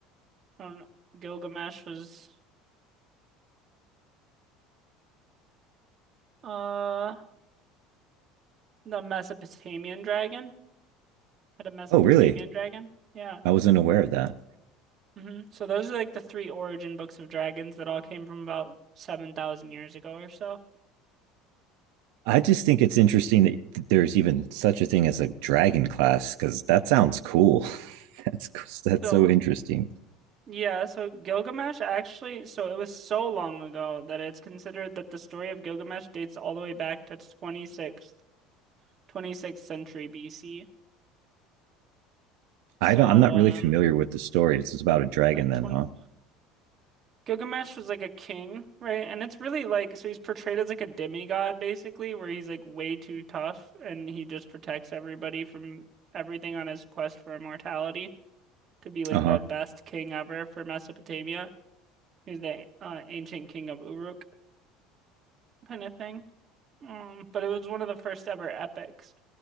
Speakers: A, on the right; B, on the right.
A: I don't know. Gilgamesh was uh the Mesopotamian dragon. Had a Mesopotamian
B: Oh, really?
A: dragon. Yeah.
B: I wasn't aware of that.
A: hmm So those are like the three origin books of dragons that all came from about 7,000 years ago or so.
B: I just think it's interesting that there's even such a thing as a dragon class because that sounds cool. <laughs> That's that's
A: So
B: so interesting.
A: Yeah, so Gilgamesh actually, so it was so long ago that it's considered that the story of Gilgamesh dates all the way back to 26th, 26th century BC.
B: I
A: So,
B: don't. I'm not really
A: um,
B: familiar with the story. It's about a dragon,
A: like
B: then,
A: 20,
B: huh?
A: Gilgamesh was like a king, right? And it's really like, so he's portrayed as like a demigod basically, where he's like way too tough and he just protects everybody from everything on his quest for immortality to be like
B: Uh huh.
A: the best king ever for Mesopotamia. He's the uh, ancient king of Uruk kind of thing. Um, but it was one of the first ever epics